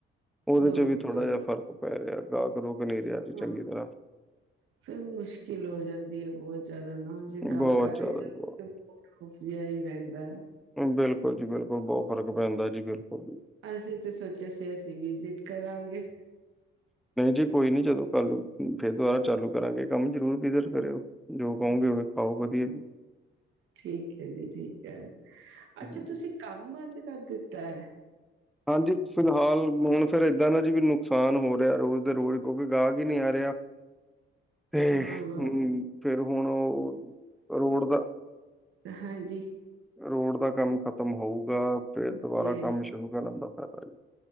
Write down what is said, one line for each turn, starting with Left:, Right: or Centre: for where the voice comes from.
Centre: ਉਹਦੇ
Right: ਓਕੇ
Centre: ਚ ਵੀ ਥੋੜਾ ਜਿਹਾ ਫਰਕ ਪੈ ਰਿਹਾ ਗਾਹਕ ਗੁਹਕ ਨਹੀਂ ਰਿਹਾ
Right: ਹਾਂ
Centre: ਚੰਗੀ ਤਰ੍ਹਾਂ।
Right: ਫਿਰ ਮੁਸ਼ਕਿਲ ਹੋ ਜਾਂਦੀ ਹੈ ਬਹੁਤ ਜਿਆਦਾ ਨਾ ਜੇ ਕੰਮ
Centre: ਬਹੁਤ
Right: ਕਰ ਰਹੇ
Centre: ਜ਼ਿਆਦਾ
Right: ਤਾਂ
Centre: ਜੀ ਬਹੁਤ।
Right: ਤੇ ਮੂਡ ਓਫ ਜਿਹਾ ਹੀ ਰਹਿੰਦਾ ਹੈ।
Centre: ਬਿਲਕੁਲ ਜੀ, ਬਿਲਕੁਲ, ਬਹੁਤ ਫਰਕ ਪੈਂਦਾ ਜੀ ਬਿਲਕੁਲ।
Right: ਅਸੀਂ ਤੇ ਸੋਚਿਆ ਸੀ ਅਸੀਂ ਜਿੱਦ ਕਰਾਂਗੇ।
Centre: ਨਹੀਂ ਜੀ ਕੋਈ ਨਹੀਂ ਜਦੋਂ ਕੱਲ ਫਿਰ ਦੁਬਾਰਾ ਚਾਲੂ ਕਰਾਂਗੇ ਕੰਮ ਜਰੂਰ ਵਿਜਿਟ ਕਰੀਓ। ਜੋ ਕਹੋਗੇ ਪਾਓ ਵਧੀਆ।
Right: ਠੀਕ ਹੈ ਜੀ, ਠੀਕ ਹੈ ਅੱਛਾ
Centre: ਹਾਂਜੀ,
Right: ਤੁਸੀਂ। ਕੰਮ ਬੰਦ ਕਰ ਦਿੱਤਾ।
Centre: ਹਾਂਜੀ ਫਿਲਹਾਲ ਹੁਣ ਫਿਰ ਇਦਾਂ ਨਾ ਜੀ ਵੀ ਨੁਕਸਾਨ ਹੋ ਰਿਹਾ ਰੋਜ਼ ਦੇ ਰੋਜ਼ ਕਿਉਂਕਿ ਗਾਹਕ ਹੀ ਨਹੀਂ ਆ ਰਿਹਾ। ਤੇ
Right: ਹਾਂ,
Centre: ਫਿਰ ਹੁਣ ਉਹ ਰੋਡ ਦਾ।
Right: ਤਾਂ ਹਾਂਜੀ
Centre: ਰੋਡ ਦਾ ਕੰਮ ਖਤਮ ਹੋਊਗਾ ਫਿਰ ਦੁਬਾਰਾ
Right: ਓਕੇ,
Centre: ਕੰਮ ਸ਼ੁਰੂ ਕਰਨ ਦਾ ਫਾਇਦਾ ਜੀ।